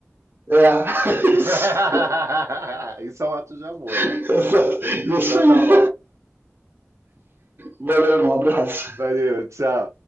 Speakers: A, on the right; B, on the right.
A: É. <laughs>
B: <laughs> Isso é um ato de amor. aí.
A: Exato. Isso
B: Então
A: aí.
B: tá bom.
A: Valeu, um abraço.
B: Valeu, tchau.